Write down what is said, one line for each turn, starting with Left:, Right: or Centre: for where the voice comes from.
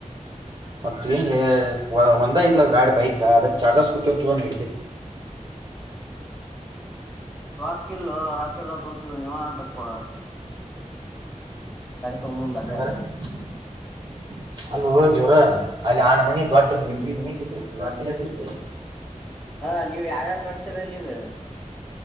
Right: ಮತ್ತ ಏನ್ ಲೇ ವ-ಒಂದ ಐತ್ಲಾ ಬ್ಯಾಡ್ ಬೈಕಾ ಅದಕ್ ಚಾರ್ಜಸ್ ಸ್ಕೂಟಿ ಒಂದ್ ತೊ ನಡಿತೈತಿ.
Centre: ರೋಕ್ಕಿಲ್ಲೋ ರೋಕ್ಕಿದ್ರಾ ನಾ ತೋತೀದ್ ನೀವುಂಟಕ್ಕ. ತಗೊಂಬಂದ್
Right: <inaudible>
Centre: ಅಡ್ಯಾಡ್ಸು
Right: ಅಲ್ವೋ ದೇವ್ರ. ಅಲ್ಲಿ ಆನಮನಿ ದೊಡ್ ಬಿಲ್ಡಿಂಗ್ ಮನಿ ಕಟ್ಟಿರ್ <unintelligible>
Centre: ಹಾ ನೀವ್ ಯಾರ್ಯಾರ್ ಕಟ್ಸಿರಲ್ ಈಗ